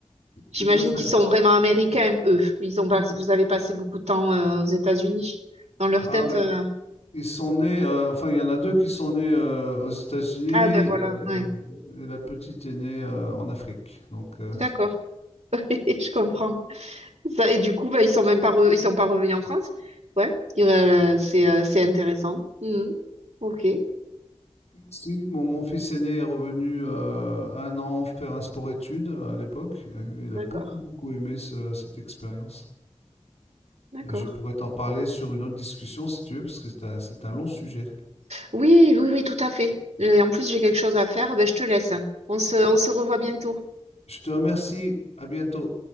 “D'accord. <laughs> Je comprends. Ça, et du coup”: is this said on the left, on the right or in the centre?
Right